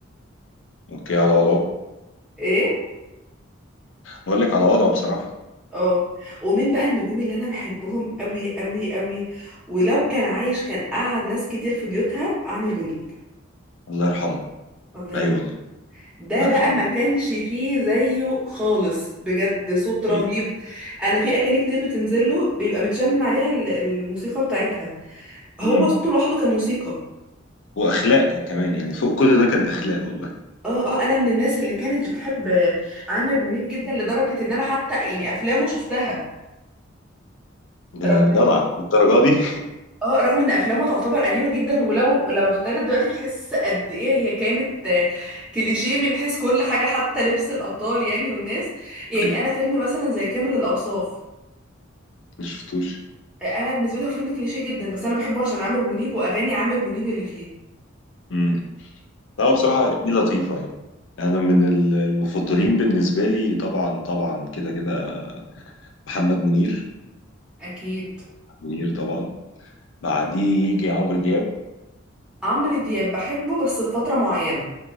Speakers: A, on the left (about 70°); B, in the centre.
A: اوكي على وضعه
B: ايه
A: بقول لك على وضعه بصراحة
B: اه ومين بقى النجوم اللي انا بحبهم قوي قوي قوي ولو كان عايش كان قعد ناس كتير في بيوتها عامر منيب
A: الله يرحمه
B: الله يرحمه
A: ايوه والله
B: ده
A: الله يرحمه
B: بقى ما كانش فيه زيه خالص بجد صوت رهيب
A: إيه.
B: انا في اغاني كتير بتنزل له بيبقى متشال من عليها ال- الموسيقى بتاعتها هو
A: امم
B: صوته لوحده كان موسيقى
A: واخلاقه كمان يعني فوق كل ده كان اخلاق والله
B: اه اه انا من الناس اللي كانت بتحب عامر منيب جدا لدرجه ان انا حتى يعني افلامه شفتها
A: يا
B: رغم
A: جدع
B: إن-
A: الدرجة دي
B: اه رغم ان افلامه تعتبر قديمه جدا ولو لما بتتعرض دلوقتي بتحس قد ايه هي كانت آه، كليشيه من حيث كل حاجه حتى لبس الابطال يعني والناس
A: <laughs>
B: يعني
A: صحيح
B: انا فيلم مثلا زي كامل الاوصاف
A: ما شفتوش
B: آه، انا بالنسبه لي هو فيلم كليشيه جدا بس انا بحبه عشان عامر منيب واغاني عامر منيب اللي فيه
A: امم لا هو بصراحة اغانيه لطيفة يعني انا من ال- المفضلين بالنسبة لي طبعا طبعا كده كده محمد منير
B: فاكيد
A: منير طبعا بعديه يجي عمرو دياب
B: عمرو دياب بحبه بس في فتره معينه